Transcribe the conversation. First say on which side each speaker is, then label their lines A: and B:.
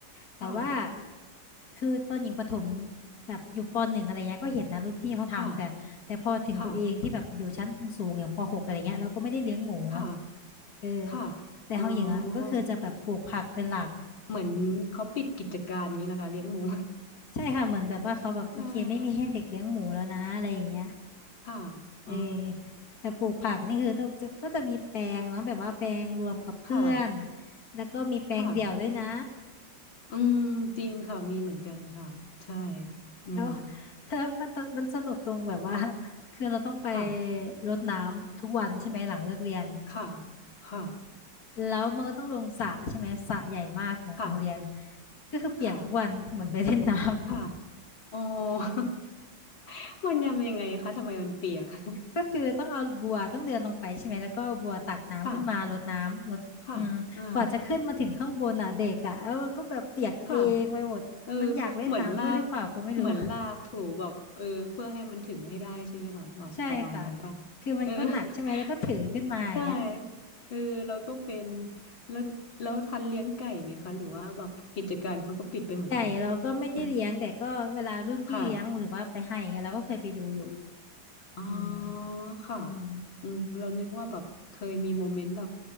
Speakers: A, on the left (about 50°); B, on the left (about 80°).
A: แต่ว่า
B: ค่ะ
A: คือตอนหญิงประถมแบบอยู่ปหนึ่งอะไรเงี้ยก็เห็นนะรุ่นพี่เขาทำแต่แต่พอถึงตัวเองที่แบบอยู่ชั้นสูงๆอย่างปหกอะไรเงี้ยเราก็ไม่ได้เลี้ยงหมูเนาะ
B: ค่ะค่ะค่ะ
A: เออ
B: ค่ะ
A: แต่ของหญิงอ่ะก็คือจะแบบปลูกผักเป็นหลัก
B: อ๋อเหมือนเขาปิดกิจการอย่างี้และค่ะเลี้ยงหมู
A: ใช่ค่ะเหมือนแบบว่าเขาแบบโอเคไม่มีให้เด็กเลี้ยงหมูแล้วนะอะไรอย่างเงี้ย
B: <laughs> เออค่ะ
A: เออ
B: อ๋อ
A: แต่ปลูกผักนี่คือต้องจะก็จะมีแปลงเนาะแบบว่าแปลงรวมกับเพื่อน
B: ค่ะ
A: แล้วก็มีแปลงเดี่ยวด้วยนะ
B: ค่ะอืม จริงค่ะ มีเหมือนกันค่ะ ใช่ อืม
A: แล้วแล้วมันตมันสนุกตรงแบบว่าคือเราต้องไป
B: ค่ะ
A: รดน้ำทุกวันใช่ไหมหลังเลิกเรียน
B: ค่ะค่ะ
A: แล้วมันก็ต้องลงสระใช่ไหมสระใหญ่มากของโรงเรียน
B: ค่ะ
A: ก็คือเปียกทุกวันเหมือนไปเล่นน้ำ
B: ค่ะค่ะอ๋อ <laughs> มันยำยังไงคะทำไมมันเปียก <laughs>
A: ก็คือต้องเอาบัวต้องเดินลงไปใช่ไหมแล้วก็เอาบัวตักน้ำขึ้นมารดน้ำรดอืมกว่าจะขึ้นมาถึงข้างบนอ่ะเด็กอ่ะแล้วมันก็แบบเปียกตัวเองไปหมดมันอยากเล่นน้ำด้วยหรือเปล่าก็ไม่รู้
B: ค่ะค่ะอ่าค่ะ เออเหมือนลากเหมือนลากถูแบบเออเพื่อให้มันถึงให้ได้ใช่ไหมคะแบบประมาณนั้นป่ะ
A: <laughs> ใช่ค่ะคือมันก็หนักใช่ไหมแล้วก็ถือขึ้นมาอย่างเงี้ย
B: เออ <laughs> ใช่เออเราก็เป็นแล้วแล้วทันเลี้ยงไก่ไหมคะหรือว่าแบบกิจการเขาก็ปิดไปเหมือนกัน
A: ไก่เราก็ไม่ได้เลี้ยงแต่ก็เวลารุ่นพี่เลี้ยงหรือว่าไปให้อย่างเงี้ยเราก็เคยไปดูอยู่
B: <laughs> ค่ะอ๋อ
A: อืม
B: ค่ะ
A: อืม
B: อืมเรานึกว่าแบบเคยมีโมเมนต์แบบ